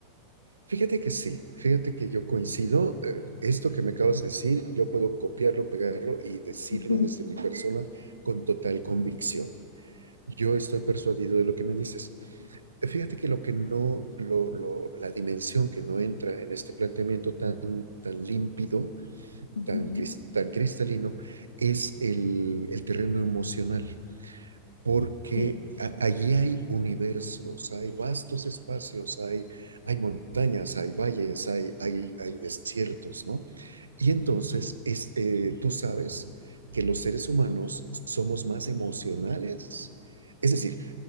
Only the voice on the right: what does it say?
Fíjate que sí, fíjate que yo coincido, eh, esto que me acabas de decir, yo puedo copiarlo, pegarlo y decirlo
desde mi persona con total convicción. Yo estoy persuadido de lo que me dices. Fíjate que lo que no, lo, lo- la dimensión que no entra en este planteamiento tan, tan límpido,
tan, cris- tan cristalino, es el, el terreno emocional, porque
a- allí hay universos, hay vastos espacios, hay, hay montañas, hay valles, hay, hay, hay desiertos, ¿no? Y entonces, este, tú sabes que los seres humanos somos más emocionales. Es decir,